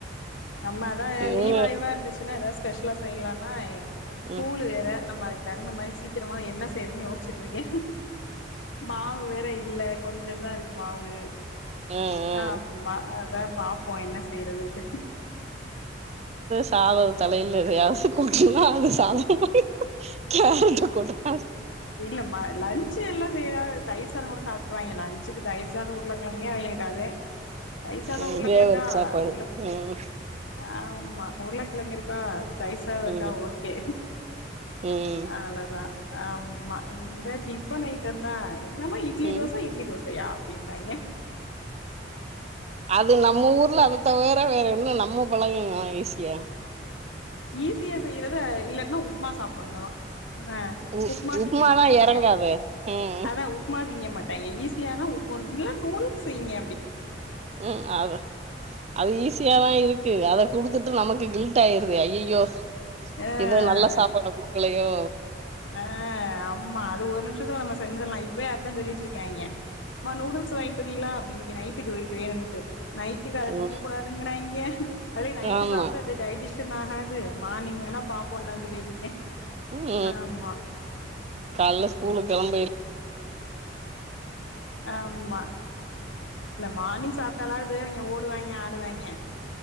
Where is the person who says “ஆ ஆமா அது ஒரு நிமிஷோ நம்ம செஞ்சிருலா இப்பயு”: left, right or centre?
Left